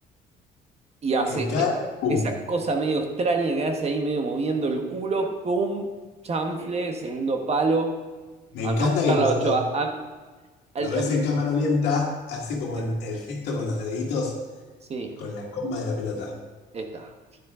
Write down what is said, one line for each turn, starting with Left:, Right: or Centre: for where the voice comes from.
Right: Y hace
Left: encara,
Right: e-
Left: ¡pum!
Right: esa cosa medio extraña que hace ahí, medio moviendo el culo, pum, chanfle, segundo palo.
Left: Me
Right: Anda
Left: encanta
Right: a buscar
Left: que
Right: la
Left: cuando
Right: Ochoa. Am- el-
Left: lo ves en cámara lenta, hace como
Right: el-
Left: el, el gesto con los deditos,
Right: sí,
Left: con la comba de la pelota.
Right: está